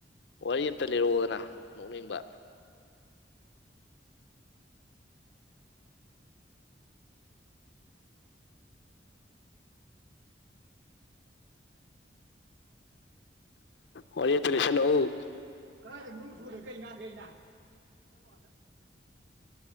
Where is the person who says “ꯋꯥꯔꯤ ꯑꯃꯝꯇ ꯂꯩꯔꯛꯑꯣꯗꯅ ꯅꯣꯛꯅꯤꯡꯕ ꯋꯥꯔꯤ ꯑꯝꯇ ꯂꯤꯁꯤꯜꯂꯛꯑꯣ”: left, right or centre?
Left